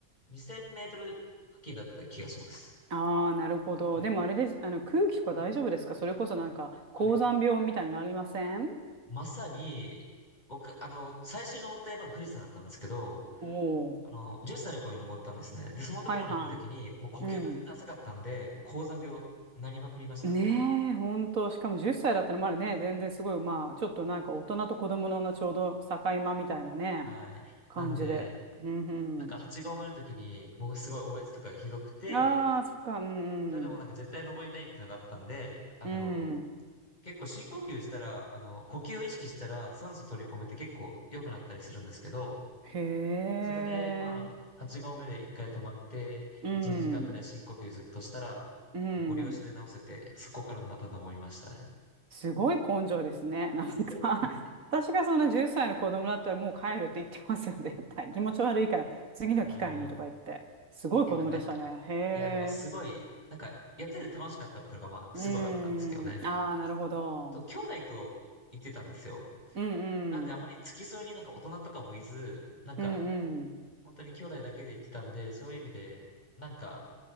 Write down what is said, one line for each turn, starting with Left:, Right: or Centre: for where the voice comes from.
Left: 2000メートル付近だった気がします。
Right: ああ、なるほど。
Left: はい。
Right: でもあれです。あの、空気とか大丈夫ですかそれこそなんか、
Left: はい。
Right: 高山病みたいになりません
Left: まさに、僕、あの、最初に登った山が富士山だったんですけど、
Right: おおー。
Left: あの、10歳の頃に登ったんですね。で、そのところに行った時に、
Right: はいは
Left: もう呼吸が全然浅かったんで、
Right: い。うん。
Left: もう高山病になりまくりました。
Right: ねえ、ほんと。しかも10歳だったらまだね、全然すごい、まあ、ちょっとなんか大人と子供のちょうど境間みたいなね、
Left: はい。
Right: 感じで。
Left: なんで、
Right: うん
Left: なんか8合目の時に、僕すごいおえつとかがひどくて、
Right: うん。ああ、そっか、うん
Left: それでもなんか絶対登りたいっていうのがあったんで、
Right: うん。
Left: あの、
Right: うん。
Left: 結構深呼吸したら、あの、呼吸を意識したら酸素取り込めて結構良くなったりするんですけど、
Right: へえ。
Left: それで、まあ、8合目で1回止まって、
Right: うん。
Left: 1、2時間ぐらい深呼吸ずっとしたら、
Right: うん。
Left: もうゴリ押しで直せて、そこからまた登りましたね。
Right: すごい根性ですね。<laughs> なんか
Left: <laughs>
Right: <laughs> 私がそんな10歳の子供だったらもう帰るって言ってますよ、絶対。気持ち悪いから、次の機会にとか言って。
Left: いやー、い
Right: すごい子供でしたね。
Left: やでもなんか、
Right: へ
Left: いやでもすごい、
Right: え。
Left: なんか、やってて楽しかったっていうのが、まあ、すごいあったんですけどね。
Right: うん。ああ、なるほど。
Left: と、兄弟と行ってたんですよ。
Right: うん
Left: なのであまり付き添いになんか大人とかもいず、
Right: うん。
Left: なんか、
Right: うんうん。
Left: 本当に兄弟だけで行ってたんで、そういう意味で、なんか、